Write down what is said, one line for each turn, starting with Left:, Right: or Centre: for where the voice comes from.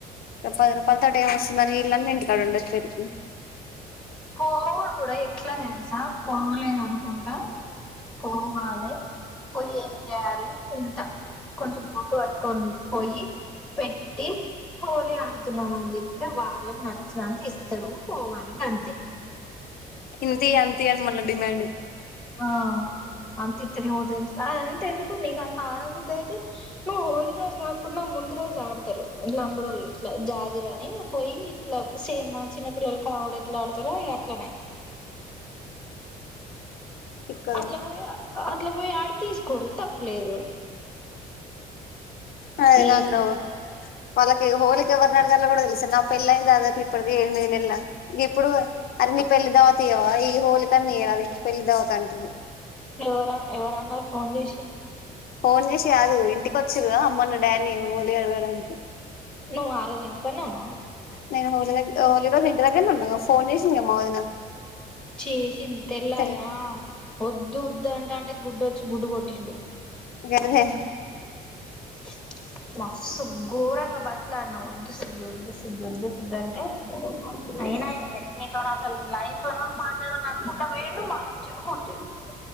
Left: పది రూపాలతో ఎంవస్తుంది అని ఇళ్లన్న ఇంటికాడ ఉండట్లేద్
Centre: పోవుడు గుడ ఎట్ల తెలుసా, పోవులేదు అనుకుంటా పోవాలె పోయి ఏం చేయాలే ఇంత కొంచెం గుడ్డు పట్టు కొను పొయ్యి పెట్టి హోలీ ఆడుతున్నాం అని జెప్తే, వాళ్ళకి నచ్చినంత ఇస్తరు పోవాలె గంతే.
Left: ఇంతి అంతి అని మళ్ళ డిమాండ్
Centre: ఆ అంత ఇత్తేనే నోదుంత, ఆ అంత ఎందుకు నీకు అంత ఆడబుద్ధి అయితే హోలీ రోజు కాకుండా ముందు రోజు ఆడతరు, లంబడోళ్ళు ఇట్ల జాజిరని పోయి ఇట్ల సేమ్ మా చిన్న పిల్లలు కాముడు ఎట్ల ఆడతరో ఇగ అట్లనే.
Left: చిక్కది
Centre: అట్ల పోయ అట్ల పోయి ఆడు తీసుకోరు తప్పులేదు.
Left: అయి
Centre: ఏరు
Left: నన్ను వాళ్ళకి హోలికి ఎవరినడగాల్లో కూడా తెలుసు, నా పెళ్లై దాదాపు ఇప్పటికి ఎనిమిది నెలల గిప్పుడు నీ పెళ్లి దావత్ ఇయ్యవ, ఈ హోలి కన్న ఇయ్యరాదు నీ పెళ్లి దావత్ అంటుర్రు.
Centre: ఎవర ఎవరన్నరు ఫోన్ జేశి?
Left: ఫోన్ చేసి కాదు ఇంటికి వచ్చిర్రూగా మొన్న డాడిని హోలీ అడగడానికి.
Centre: నువ్ ఆ రోజు ఇంటి కన్నె ఉన్నవా?
Left: నేను హోలీ దగ హోలీ రోజు ఇంటి దగ్గరనే ఉన్నగ, ఫోన్ చేసేందిగా మా వదిన
Centre: చేసింది తెల్లార
Left: తెల్
Centre: ఆ, వద్దు వద్దు అంట అంటే గుడ్డో చి గుడ్డు కొట్టిండు.
Left: గేదె
Centre: <inaudible> మస్తు ఘోరంగా బతిమిలాడిన, ఒద్దు సిద్దు, ఒద్దు సిద్దు, ఒద్దు సిద్దు అంటే అయిన ఇనలే, నీతోనసలు లైఫ్ లాంగ్ మాట్లాడను అనుకుంటా పోయిండు మళ్ళ అచ్చిండు కొట్టిండు.